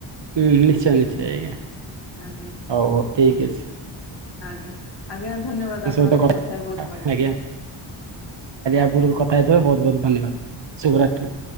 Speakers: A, on the right; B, on the left.
A: ହୁଁ ନିଶ୍ଚୟ ନିଶ୍ଚୟ ଆଜ୍ଞା <inaudible>
B: ଆଜ୍ଞା
A: ହଉ ହଉ ଠିକ୍ ଅଛି।
B: ଆଜ୍ଞା ଆଜ୍ଞା ଧନ୍ୟବାଦ। ଆପଣଙ୍କ
A: ସହିତ
B: ସାଙ୍ଗେ
A: ଆଜ୍ଞା
B: କଥା ହେଇ ବହୁତ ଭଲ ଲାଗିଲା
A: ଆପଣ କଥା ହେଇଥିବାରୁ ବହୁତ ବହୁତ ଧନ୍ୟବାଦ। ଶୁଭ ରାତ୍ରି।